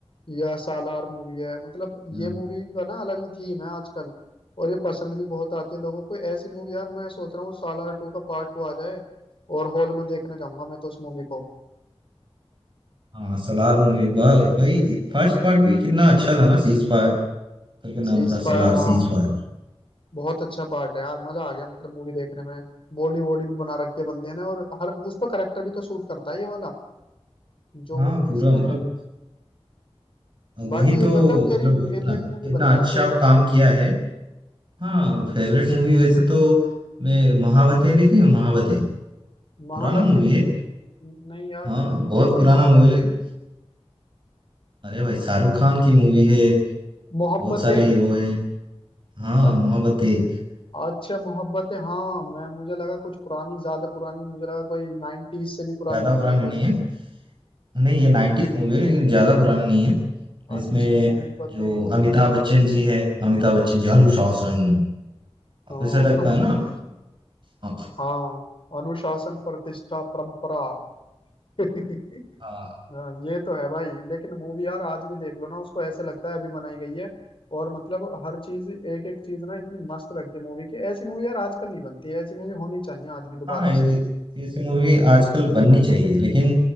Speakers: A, on the left; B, on the right.
A: या सालार मूवी है मतलब
B: हाँ
A: ये मूवी का ना अलग ही थीम है आजकल और ये पसंद भी बहुत आती है लोगों को ऐसी मूवी यार मैं सोच रहा हूँ सालार टू का पार्ट टू आ जाए और हॉल में देखने जाऊंगा मैं तो उस मूवी को
B: हाँ, सलार मूवी भाई भाई फर्स्ट पार्ट भी कितना अच्छा था ना सीज फायर करके
A: सीज
B: नाम था
A: फायर
B: सलार
A: हाँ
B: सीज फायर
A: बहुत अच्छा पार्ट है यार मजा आ गया मतलब मूवी देखने में बॉडी वॉडी भी बना रखी है बंदे ने और हर उस पर करेक्टर भी तो सूट करता है ये वाला जो
B: हाँ
A: वो
B: पूरा
A: इसमें
B: मतलब
A: है
B: वही
A: बाकी
B: तो
A: ये बता तेरी
B: मतलब इतना
A: फेवरेट मूवी
B: इतना
A: बता यार
B: अच्छा
A: कोई और
B: काम किया है हाँ फेवरेट मूवी वैसे तो मैं महावतें देखी है, महावतें
A: महावते
B: पुराना मूवी है
A: नहीं यार
B: हाँ
A: मैंने नहीं
B: बहुत
A: देखी
B: पुराना
A: महावते
B: मूवी लेकिन अरे भाई शाहरुख खान की मूवी है
A: मोहब्बतें
B: बहुत सारे हीरो हैं हाँ
A: अ-
B: महावतें
A: अच्छा मोहब्बतें हाँ मैं मुझे लगा कुछ पुरानी ज्यादा पुरानी मुझे लगा कोई नाइनटीज से भी पुरानी
B: ज्यादा
A: मूवी
B: पुराने
A: है
B: नहीं
A: कोई <laughs>
B: है नहीं ये नाइन्टीज मूवी है लेकिन ज्यादा पुराना नहीं है इसमें
A: अच्छा मोहब्बतें
B: जो अमिताभ बच्चन जी है अमिताभ बच्चन जी अनुशासन
A: हाँ
B: ऑफिसर टाइप का है ना
A: <laughs>
B: हाँ
A: हाँ अनुशासन प्रतिष्ठा परंपरा <laughs>
B: हाँ,
A: हाँ, ये तो है भाई लेकिन मूवी यार आज भी देख लो ना उसको ऐसे लगता है अभी बनाई गई है और मतलब हर चीज एक एक चीज ना इतनी मस्त लगती है मूवी की ऐसी मूवी यार आजकल नहीं बनती है, ऐसी मूवी होनी चाहिए आज भी दोबारा
B: हाँ ये-
A: से
B: ऐसी मूवी आजकल बननी चाहिए लेकिन